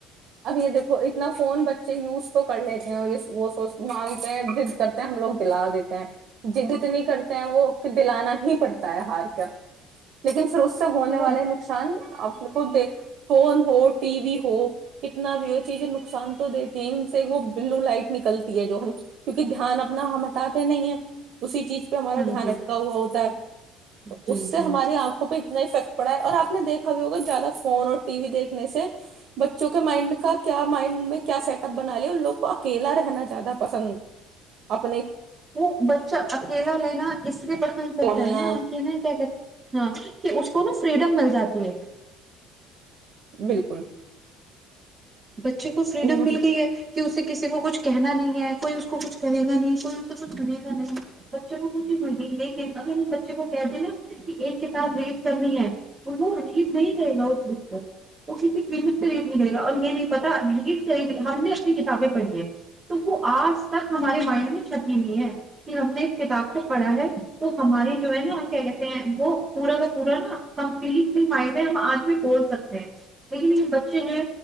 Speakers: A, on the right; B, on the right.
A: اب یہ دیکو اتنا فون بچ اچ یوز تو کر لیتے ہیں وہ سو مانگتے ہیں جد کرتے ہیں ہم لوگ دلا دیتے ہیں جد اتنی کرتے ہیں وہ دلانا ہی پڑتا ہے ہار کر لیکن پھر اس سے ہونے
B: وہ
A: والے نقصان اب بالکل دیکھ فون ہو ٹی وی ہو کتنا بھی وہ چیزیں نقصان تو دیتی ہیں ان سے وہ بلو لائٹ نکلتی ہے جو ہم کیونکہ دھیان اپنا ہم ہٹاتے نہیں ہیں اسی چیز پہ ہمارا
B: ہاں
A: دھیان
B: جی
A: اٹکا ہوا ہوتا ہے تو
B: جی
A: اس سے
B: جی
A: ہماری آنکھوں پہ اتنا افیکٹ پڑھا اور آپ نے دیکھا بھی ہوگا زیادہ فون اور ٹی وی دیکھنے سے بچ چونکہ مائنڈ کا کیا مائنڈ میں کیا سیٹ اپ بنا لے ان لوگ کو اکیلا رہنا زیادہ پسند ہے
B: وہ بچہ اکیلا لینا اس لیے پسند کرتا
A: بولنا
B: ہے نا کہ نا کیا کہتے ہاں کہ اس کو نا فریڈم مل جاتی ہے
A: بالکل
B: بچے کو فریڈم
A: بالکل
B: مل گئی ہے کہ اس کسی کو کچھ کہنا نہیں ہے کوئی اس کو کچھ کرے گا نہیں کوئی اس کو کچھ سنے گا نہیں بچے کو کو چیز مل لیکن اگر بچے کو کہ د نا کہ ایک کتاب ری کرنی ہے وہ ریڈ نہیں کرے گا اس وقت پ وہ کسی قیمت پ ریڈ نہیں کرے گا اور یہ لییڈ ر کر ہم نے اپنی کتابیں پڑھی ہے تو وہ آج تک ہمارے مائنڈ میں چپ ہوئی ہے کہ ہم نے اس کتاب کو پڑھا ہے تو ہماری جو ہے نا کیا کہتے ہیں وہ پورا کا پورا نا کمپلیٹلی مائنڈ میں ہم آج بھی بول سکتے ہیں لیکن یہ بچے جو ہے